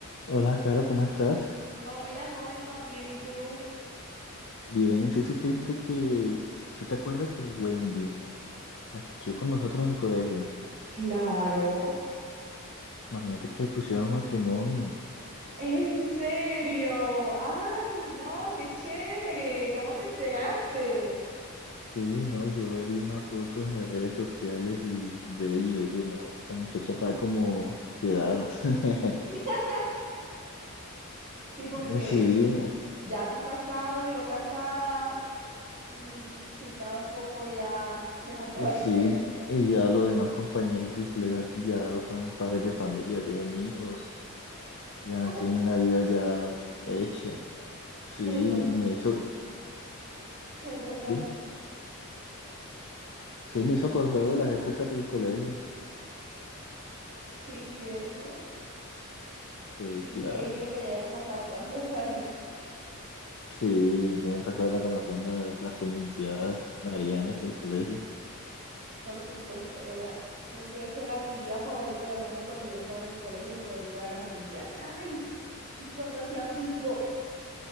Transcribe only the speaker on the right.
Hola, Holman, bien, ¿y tú?
Claro,
¿En serio? ¡Ay, no! ¡Qué chévere! ¿Cómo te enteraste?
<laughs> sí, porque
ya tú casado, yo casada, mm, sí estaba un poco ya dejándolo
al
tren.
Bueno,
pero tú no,
<laughs> perdón, dale.
Sí, cierto.
Qué increíble
que ya hayan pasado tantos años.
Por supuesto, era, creo que ese era mi día favorito del año cuando yo estaba en el colegio poder ir a las Olimpiadas. ¡Ay! Y cuando hacían bingo,